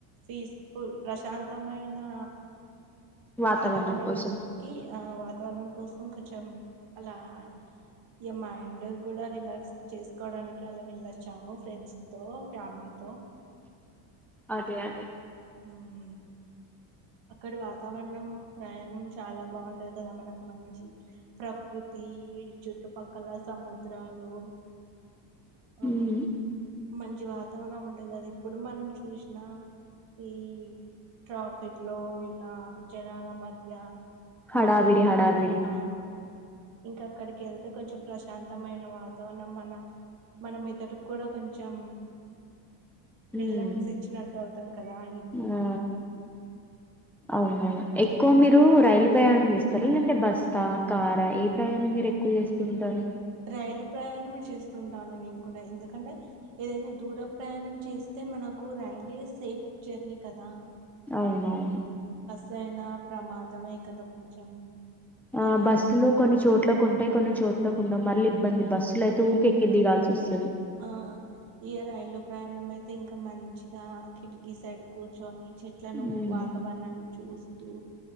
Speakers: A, on the right (about 60°); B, in the centre.
A: పిస్ ఫుల్ ప్రశాంతమైనా
B: వాతావరణం
A: వాతావరణమ్
B: కోసం
A: కి ఆ వాతావరణం కోసం కొంచెం అలా ఈ మైండ్ కూడా రిలాక్స్ చేసుక్కోడానికి అలా వెళ్ళొచ్చాము ఫ్రెండ్స్ తో ఫ్యామిలీ తో
B: అదే అదే
A: ఉమ్ అక్కడి వాతావరణం ప్రయాణం చాలా బాగుంటది కదా మనకు మంచి ప్రకృతీ చుట్లుపక్కల సముద్రాలు ఆ
B: మ్మ్
A: మంచి వాతావణం ఉంటది అది ఇప్పుడు మనం చూసిన ఈ ట్రాప్ ఫిక్లో ఇలా జనాల మధ్య
B: హడావిడి
A: ఉంటూ ఉంటది
B: హడావిడి
A: కదా. ఆ ఇంకా అక్కడికి ఏళ్తే కొంచెం ప్రశాంతమైన వాతావరణం మన మనం మెదడుకు కూడా కొంచెం
B: మ్మ్
A: రీలాక్స్ ఇచ్చినట్ అవుతాం కదా ఇ
B: ఆ అవునవును ఎక్కువ మీరు రైలు ప్రయాం చేస్తారూ లేంటే బసా కారా ఏ ప్రయాణం మీరు ఎక్కువ చేస్తూంటారు
A: రైలు ప్రయాణమే చేస్తుంటాను నేను కూడా ఎందుకంటే ఏదైనా దూర ప్రయాణం చేస్తే మనకు రైలే సేఫ్ జర్నీ కదా
B: అవునవును
A: దైనా ప్రమాదమే కదా కొంచెం
B: ఆ
A: ఇగ
B: బస్సులు కొన్ని చోట్లకుంటాయి కొన్ని చోట్ల ఉండవు మళ్ళీ ఇబ్బంది బస్సులైతే ఊకె ఎక్కి దిగాల్సిసొస్తాది
A: ఆ ఈ రైలు ప్రయాణం అయితే ఇంకా మంచిగా కిటికీ సైడ్ కూర్చొని చెట్లను
B: ఉమ్
A: వాతావరణాన్ని చూస్ త్తూ